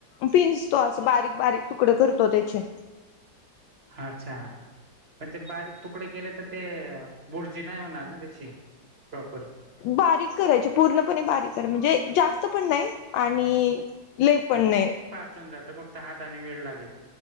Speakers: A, on the left; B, on the right.
A: पिंजतो अस बारीक बारीक तुकडे करतो त्याचे.
B: अच्छा पण ते बारीक तुकडे केले तर ते बुर्जी नाही होणार ना त्या ची प्रॉपर.
A: बारीक करायची पूर्णपणे बारीक कराय म्हणजे जास्त पण नाही. आणि लई पण नाही.
B: हून जातं फक्त हाताने वेळ लागेल.